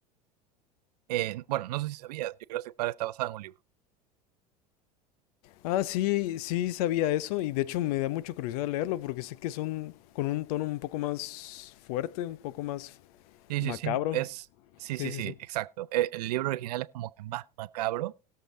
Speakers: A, on the right; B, on the left.
A: eh, bueno, no sé si sabías, Jurassic Park está basado en un libro.
B: Ah, sí, sí sabía eso y de hecho me da mucha curiosidad leerlo porque sé que son con un tono un poco más fuerte, un poco más
A: Sí,
B: macabro.
A: sí, sí, es, sí,
B: Sí,
A: sí,
B: sí,
A: sí,
B: sí.
A: exacto. Eh, El, libro original es como que más macabro,